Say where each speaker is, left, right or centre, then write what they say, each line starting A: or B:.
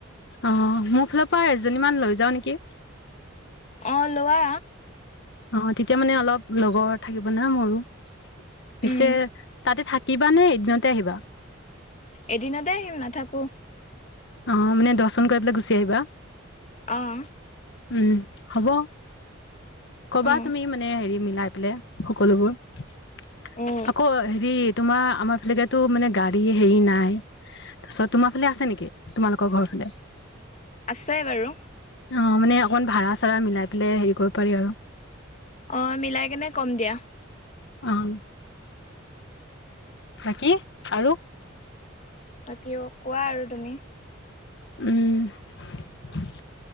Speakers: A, on the left; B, on the left.
A: অহ মোৰ ফালৰ পৰা এজনী মান লৈ যাওঁ নেকি।
B: অহঁ লোৱা।
A: অহ তেতিয়া মানে অলপ লগৰ থাকিব ন মোৰো পিছে
B: উম
A: তাতে থা। কিবা নে এদিনতে আহিবা।
B: এদিনতে আহিম নাথাকো।
A: অঁ, মানে দৰ্শন কৰি পেলাই গুচি আহিবা?
B: অ'।
A: উম, হ'ব কবা
B: অ
A: তুমি মানে হেৰি। মিলাই পেলাই সকলোবোৰ।
B: উম
A: আকৌ হেৰি তোমাৰ আমাৰ ফালকেটো মানে গাড়ী হেৰি নাই। তাৰপিছত তোমাৰ ফালে আছে নেকি? তোমালোকৰ ঘৰ ফালে।
B: আছে বাৰু
A: অ মানে অকন ভাড়া-চাড়া মিলাই পেলাই হেৰি কৰিব পাৰি আৰু।
B: অ' মিলাই কেনে কম দিয়া।
A: অ' বাকী আৰু
B: বাকী অ' কোৱা আৰু তুমি
A: উম